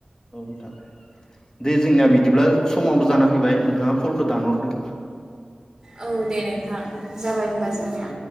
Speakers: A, on the left; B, on the right.
A: औ नोंथां दे जोंनिया बिदिब्ला समाबो जाना फैबाय नोंथाङा कलखौ दानहरदों
B: औ दे नोंथां जाबाय होनोमबा जोंनिया